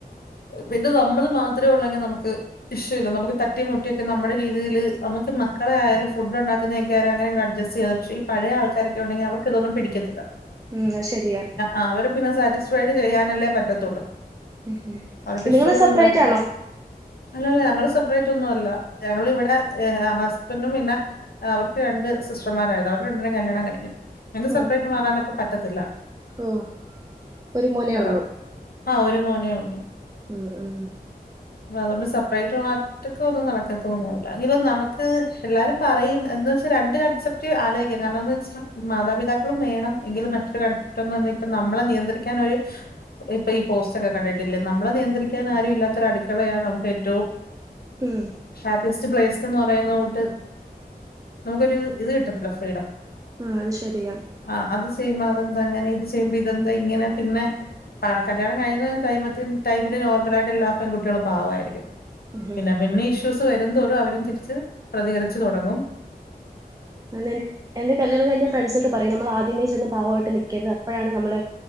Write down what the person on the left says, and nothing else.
പിന്നെ നമ്മള് മാത്രമേ ഉള്ളെങ്കിൽ നമുക്ക് വിഷയ ഇല്ല നമുക്ക്. തട്ടീംമുട്ടിയൊക്കെ നമ്മുടെ രീതിൽ നമ്മുക്ക് മക്കളായലും ഫുഡ് ഉണ്ടാക്കുന്നതക്കെയായാലും അങ്ങനെയൊരു അഡ്ജസ്റ്റ് ചെയ്ത് പക്ഷെ. പഴയ ആൾക്കാരൊക്കെ ഉണ്ടെങ്കിൽ അവർക്ക് ഇതൊന്നും പിടിക്കത്തില്ല.
ആഹ് അവര് പിന്നെ സാറ്റിസ്ഫൈഡ് ചെയ്യാനല്ലേ പറ്റത്തള്ളൂ.
അവർടെ ഇഷ്ടള്ളത്ണ്ടെങ്കിൽ
അല്ലല്ല ഞങ്ങള് സെപ്പറേറ്റ് ഒന്നും അല്ല ഞങ്ങളിവിടെ ഏഹ് ഹസ്ബൻഡും പിന്നെ അവർക്ക് രണ്ട് സിസ്റ്റർമാരായിരുന്നു അവര് രണ്ടരും കല്യാണം കഴിഞ്ഞു. ഞങ്ങക്ക് സെപ്പറേറ്റ്
മാറൻപ്പ പറ്റത്തില്ല.
അതാ
ആഹ് ഒരു മോനേ ഉള്ള്
പ്പ അതൊണ്ട് സെപ്പറേറ്റ് ഒറ്റൊക്കെ ഒന്നും നടക്കത്തൊന്നുല്ല എങ്കിലും നമുക്ക് എല്ലാരും പറയും എന്ന് വെച്ച രണ്ട് കൺസെപ്- ക്കി ആലോയിക്ക കാരണംന്ന് വെച്ചാ മാതാപിതാക്കളും വേണം എങ്കിലും മറ്റൊരു ഘട്ടം വന്ന് നമ്മളെ നിയന്ത്രിക്കാൻ ഒരു ഇപ്പൊ ഈ പോസ്റ്റ് ഒക്കെ കണ്ടിട്ടില്ലേ നമ്മളെ നിയന്ത്രിക്കാൻ ആരും ഇല്ലാത്ത ഒരട് ക്കളേയാണ് നമുക്ക് ഏറ്റവും
ഹാപ്പിസ്റ്റ് പ്ലേസ് എന്ന് പറയുന്ന കൂട്ട് നമുക്കൊരു ഇത് കിട്ടത്തില്ല ഫ്രീഡം.
ആഹ് അത് ചെയ്യുമ്പോ അതെന്താ അങ്ങനെ ഇത് ചെയ്യുമ്പോ ഇതെന്താ ഇങ്ങനെ പിന്നെ ആഹ് കല്യാണം കഴിഞ്ഞ ടൈമത്തി ടൈമില് നോർമലായിട്ടെല്ലാം പെൺകുട്ട്യള് പാവായിരിക്കും
പിന്നെ പിന്നെ ഇഷ്യൂസ് വരുംന്തോറും അവരും തിരിച്ച് പ്രതികരിച്ചു തൊടങ്ങും